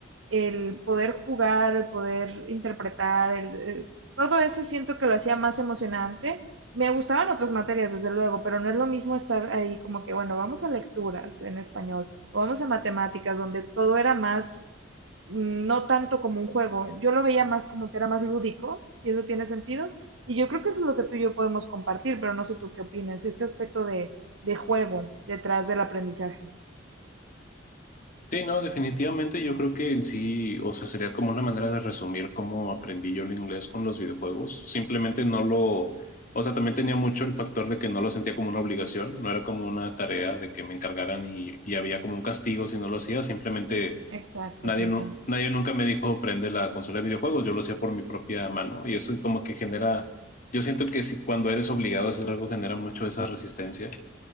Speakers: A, on the right (about 75°); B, on the left (about 45°).
A: el poder jugar, el poder interpretar, el, eh, todo eso siento que lo hacía más emocionante. Me gustaban otras materias, desde luego, pero no es lo mismo estar ahí como que, bueno, vamos a lecturas en español o vamos a matemáticas, donde todo era más, mm, no tanto como un juego. Yo lo veía más como que era más lúdico, si eso tiene sentido. Y yo creo que eso es lo que tú y yo podemos compartir, pero no sé tú qué opinas, este aspecto de, de juego detrás del aprendizaje.
B: Sí, no, definitivamente yo creo que en sí, o sea, sería como una manera de resumir cómo aprendí yo el inglés con los videojuegos. Simplemente no lo, o sea, también tenía mucho el factor de que no lo sentía como una obligación, no era como una tarea de que me encargaran y, y había como un castigo si no lo hacía. Simplemente
A: Exacto,
B: nadie,
A: sí,
B: nu-
A: sí.
B: nadie nunca me dijo prende la consola de videojuegos, yo lo hacía por mi propia mano y eso como que genera, yo siento que si cuando eres obligado a hacer algo genera mucho esa resistencia.